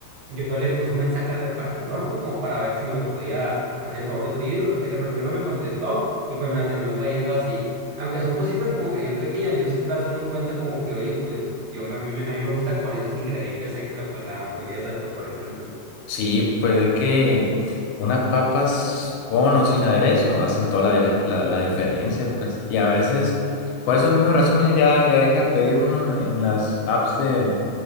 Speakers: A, on the right (about 80°); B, on the left (about 85°).
A: yo le puse un mensaje al repartidor pues como para ver si me lo podía hacer el favor de pedirlo. El repartidor no me contestó y pues me la terminó trayendo así. Aunque son cositas como que bien pequeñas, yo sí las tomo en cuenta como que, oye, pues yo me- a mí, me a mí me gusta con esos ingredientes extra, pues la hamburguesa, pues por ejemplo.
B: Sí, pues es que unas papas con o sin aderezo hacen toda la, dire- la, la diferencia, pues. Y a veces, por esas mismas razones, ya, ya deja de pedir uno en las apps de,